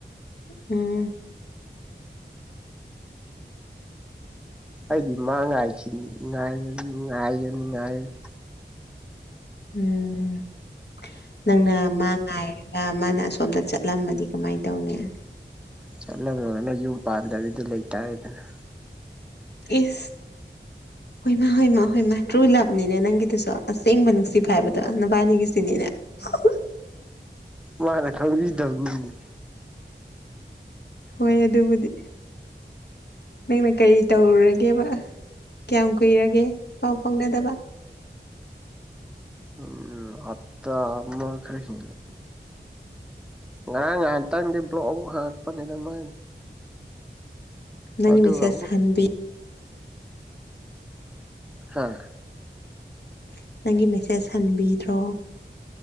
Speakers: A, on the left; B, in the centre.
A: ꯎꯝ
B: ꯑꯩꯗꯤ ꯃꯥ ꯉꯥꯏꯈꯤꯅꯤ ꯉꯥꯏꯔꯅꯤ ꯉꯥꯏꯔꯅꯤ ꯉꯥꯏꯔꯅꯤ
A: ꯎꯝ ꯅꯪꯅ ꯃꯥ ꯉꯥꯏꯔꯒ ꯃꯥꯅ ꯑꯁꯣꯝꯗ ꯆꯠꯂꯝꯃꯗꯤ ꯀꯃꯥꯏ ꯇꯧꯅꯤ
B: ꯆꯠꯂꯝꯃꯒꯅ ꯌꯨꯝ ꯄꯥꯟꯗꯕꯤꯗ ꯂꯩꯇꯥꯔꯦꯗꯅ
A: ꯏꯁ ꯍꯣꯏ ꯃꯥ ꯍꯣꯏ ꯃꯥ ꯍꯣꯏ ꯃꯥ ꯇ꯭ꯔꯨ ꯂꯞꯅꯤꯅꯦ ꯅꯪꯒꯤꯗꯨꯁꯨ ꯑꯁꯦꯡꯕ ꯅꯨꯡꯁꯤꯕ ꯍꯥꯏꯕꯗꯣ ꯅꯨꯕꯥꯅꯤꯒꯤꯁꯤꯅꯤꯅꯦ <unintelligible>
B: ꯃꯥꯅ ꯈꯪꯕꯤꯗꯕꯅꯤꯅꯦ
A: ꯍꯣꯏ ꯑꯗꯨꯕꯨꯗꯤ꯫ ꯅꯪꯅ ꯀꯔꯤ ꯇꯧꯔꯨꯔꯒꯦꯕ ꯀꯌꯥꯝ ꯀꯨꯏꯔꯒꯦ ꯄꯥꯎ ꯐꯥꯎꯅꯗꯕ
B: ꯎꯝ ꯑꯞꯇꯥ ꯑꯃ ꯈꯔ ꯍꯦꯜꯂꯦ ꯉꯔꯥꯡ ꯉꯥꯏꯍꯥꯛꯇꯪꯗꯤ ꯕ꯭ꯂꯣꯛ ꯑꯃꯨꯛ ꯍꯪꯉꯛꯄꯅꯤꯗ ꯃꯥꯏ
A: ꯅꯪꯒꯤ
B: ꯑꯗꯨꯒ
A: ꯃꯦꯁꯦꯁ
B: ꯑꯃꯨꯛ
A: ꯍꯟꯕꯤ
B: ꯍꯝ
A: <inaudible> ꯅꯪꯒꯤ ꯃꯦꯁꯦꯁ ꯍꯟꯕꯤꯗ꯭ꯔꯣ